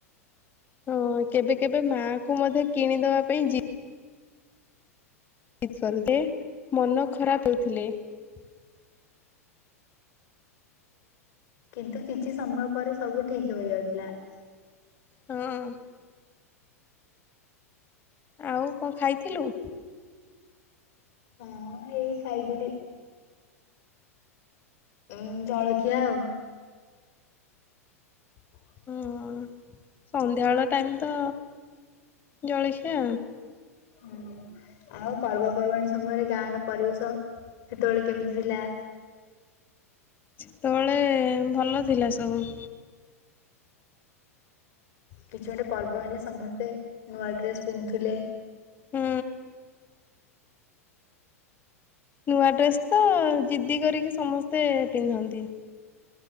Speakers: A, on the left (about 25°); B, on the left (about 50°).
A: ହଁ କେବେ କେବେ ମା କୁ ମଧ୍ୟ କିଣିଦବା ପାଇଁ ଜିଦି ଜିଦକରୁ ମନ ଖରାପ ହେଉଥିଲେ ।
B: କିନ୍ତୁ କିଛି ସମୟ ପରେ ସବୁ ଠିକ ହୋଇଯାଉଥିଲା ।
A: ହଁ ଆଉ କଣ ଖାଇଥିଲୁ?
B: ହଁ ଏଇ ଖାଇଥିଲି । ଉଁ ଜଳଖିଆ ଆଉ। <inaudible>
A: ହଁ ସନ୍ଧ୍ୟାବେଳ ଟାଇମ ତ ଜଳଖିଆ।
B: ହୁଁ ଆଉ ପର୍ବପର୍ବାଣୀ ସମୟରେ ଗାଁ ର ପରିବେଶ ସେତେବେଳେ କେମିତି ଥିଲା?
A: ସେତେବେଳେ ଭଲ ଥିଲା ସବୁ।
B: କିଛି ଗୋଟେ ପର୍ବ ହେଲେ ସମସ୍ତେ ନୂଆ ଡ୍ରେସ ପିନ୍ଧୁଥିଲେ ।
A: ହୁଁ। ନୂଆ ଡ୍ରେସ ତ ଜିଦି କରିକି ସମସ୍ତେ ପିନ୍ଧନ୍ତି ।